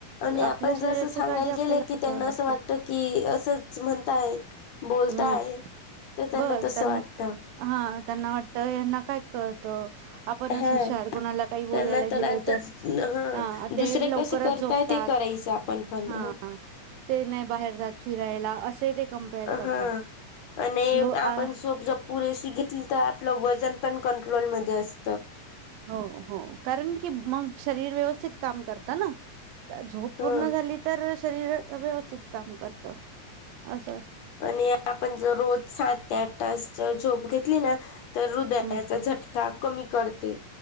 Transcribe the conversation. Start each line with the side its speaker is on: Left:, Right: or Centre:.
Left: आणि आपण
Right: आपल्या शरीराची
Left: जसं सांगायला
Right: काळजी आपल्याला
Left: गेले की त्यांना
Right: घ्याव लागत
Left: असं वाटत की असं असं म्हणताय. हो. बोलताय.
Right: हम्म
Left: ते त्यांना
Right: बस
Left: तसं
Right: त्यां
Left: वाटतं
Right: हा त्यांना वाटतय यांना काय कळतं? आपणच
Left: हा
Right: हुशार कोणाला काही बोलायला
Left: त्यांना
Right: गेलं
Left: आताच
Right: तर
Left: हा
Right: आ ते
Left: दुसरे
Right: लवकरच
Left: कसे करताय
Right: झोपतात.
Left: ते करायचं आपण पण
Right: हा ते नाही बाहेर जात फिरायला अस. ते ते कंपेअर करतात.
Left: हा आणि
Right: आ
Left: आपण झोप जर पुरेशी घेतली तर आपलं वजन पण कंट्रोलमध्ये अस
Right: हो हो कारण की मग शरीर व्यवस्थित काम करतात. का झोप
Left: हा
Right: पूर्ण झाली तर तशी शरीर व्यवस्थित काम करत. अस
Left: आणि आपण ज रोज सात ते आठ तास जर झोप घेतली ना तर हृदयाचा
Right: हम्
Left: झटका कमी करते.